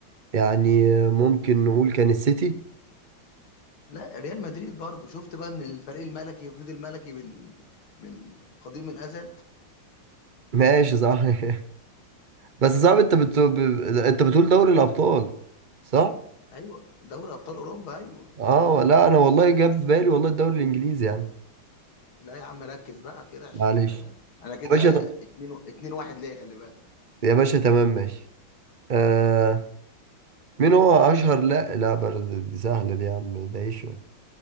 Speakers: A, on the right; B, on the left.
A: يعني ممكن نقول كان السيتي
B: لا ريال مدريد برضو شفت بقى ان الفريق الملكي فضل ملكي من من قديم الازل
A: ماشي صح <laughs> بس صعب انت بت... ب- انت بتقول دوري الأبطال صح؟
B: ايوه دوري ابطال اوروبا ايوه
A: اه لا انا والله جاب في بالي والله الدوري الإنجليزي يعني
B: لا يا عم ركز بقى كده عشان
A: معلش
B: انا كده
A: يا باشا
B: اتنين اتنين واحد ليا خلي بالك
A: يا باشا تمام ماشي آه مين هو اشهر لا لا برضه دي سهله دي يا عم ده ايه شو